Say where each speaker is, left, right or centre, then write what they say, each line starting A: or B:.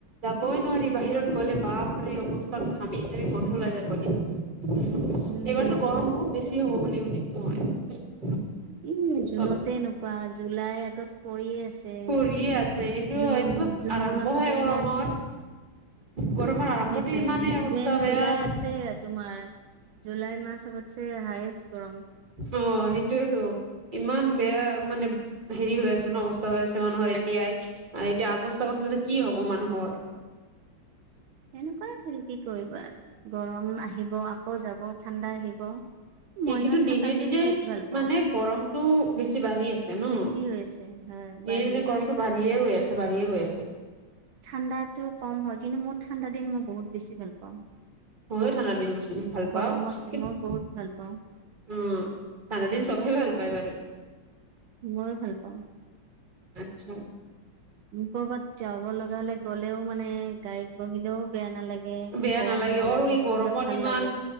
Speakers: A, on the right; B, on the right.
A: কই নঃহ বাহিৰত গ'লে বাপৰে অৱস্থাক ঘামিচামি গোন্ধ উলাই যাব এতিয়া। এইবাৰতো
B: উম
A: গৰম বহুত বেছি হ'ব বুলি শুনিছো মই।
B: এ জুনতে
A: চব
B: এনেকোৱা জুলাই আগষ্ট পৰিয়ে আছে।
A: কৰিয়ে সেইটো
B: ছে জুন
A: এইটোতো
B: জুন
A: আৰম্ভহে
B: মাহতে
A: গৰমৰ
B: ইমান হে।
A: গৰমৰ আৰম্ভতে
B: সেইটোয়ে,
A: ইমানেই অৱস্থা
B: মেইন
A: বেয়া
B: জুলাই আছে তোমাৰ। জুলাই মাহ চবতছে হাইষ্ট গৰম।
A: অ সেইটোয়েতো ইমান বেয়া মানে হেৰি হৈ আছে ন, অৱস্থা বেয়া হৈ আছে মানুহৰ এতিয়াই। আৰু এতিয়া
B: সেইটো
A: আগষ্ট আগষ্ট কি হব মানুহৰ।
B: এনেকুৱাই ধৰি কি কৰিবা, গৰম আহিব আকৌ যাব ঠাণ্ডা আহিব। মই
A: ই কিন্তু
B: ন ঠাণ্ডা
A: দিনে
B: দিনটো
A: দিনে
B: বেছি ভাল পাওঁ
A: মানে গৰমটো বেছি বাঢ়ি আছে ন?
B: বেছি হৈ আছে হয়
A: দিনে
B: বাঢ়ি
A: দিনে
B: আছে
A: গৰমটো বাঢ়িয়ে গৈ আছে বাঢ়িয়ে গৈ আছে।
B: ঠাণ্ডাতো কম হয় কিন্তু মোৰ ঠাণ্ডা দিন মই বহুত বেছি ভাল পাওঁ।
A: ময়ো ঠাণ্ডা দিন বহুত ভাল
B: গৰমত
A: পাওঁ
B: যে
A: কিন্তু
B: মই বহুত ভাল পাওঁ
A: উম ঠাণ্ডা দিন চবেই ভাল পায় বাৰু।
B: ময়ো ভাল পাওঁ।
A: আচ্ছা।
B: কৰ'বাত যাব লগা হলে গ'লেও মানে গাড়ীত বহিলেও বেয়া নালাগে
A: বেয়া
B: গৰম
A: নালাগে আৰু এই গৰমত
B: ঠাণ্ডাত ভাল
A: ইমান
B: লাগে